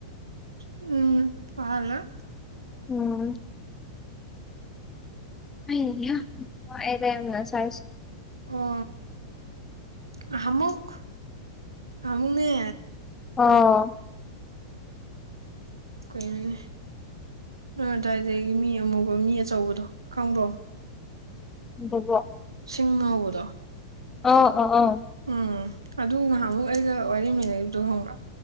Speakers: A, on the right (about 85°); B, on the left (about 15°).
A: ꯎꯝ ꯋꯥꯍꯜꯂꯣꯏ꯫
B: ꯎꯝ꯫ ꯍꯩꯍꯥ ꯋꯥꯢꯗ ꯉꯁꯥꯢꯁꯨ
A: ꯑꯣ ꯅꯍꯥꯃꯨꯛ ꯅꯍꯥꯃꯨꯛꯅꯦ
B: ꯑꯣ꯫
A: ꯀꯩꯅꯣꯅꯤ ꯅꯣꯏ ꯑꯗꯥꯏꯗꯒꯤ ꯃꯤ ꯑꯃꯨꯕ ꯃꯤ ꯑꯆꯧꯕꯗꯣ ꯈꯪꯕ꯭ꯔꯣ꯫
B: <unintelligible>
A: ꯁꯤꯡꯅ ꯍꯧꯕꯗꯣ꯫
B: ꯑꯣ ꯑꯣ ꯑꯣ꯫
A: ꯎꯝ ꯑꯗꯨ ꯉꯥꯏꯍꯥꯛꯃꯨꯛ ꯑꯩꯒ ꯋꯥꯔꯤ ꯃꯦꯟꯅꯒꯤꯕꯗꯣ ꯈꯪꯕ꯭ꯔꯥ꯫